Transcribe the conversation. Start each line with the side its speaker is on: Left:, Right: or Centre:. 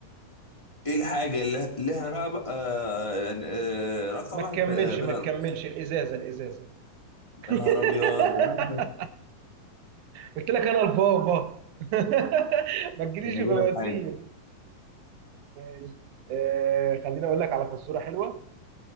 Left: ايه الحاجه اللي لها رقبه آه يعني آه رقبه
Right: ما تكملش
Left: ب- آه، بلا
Right: ما تكملش
Left: رقبه
Right: الازازه الازازه
Left: يا نهار
Right: <laughs>
Left: ابيض يا عم طب
Right: قلت لك انا البابا <laughs> ما تجيليش
Left: انا
Right: في
Left: اجيب
Right: مواسير
Left: لك حاجه
Right: ماشي آه خليني اقول لك على فزوره حلوه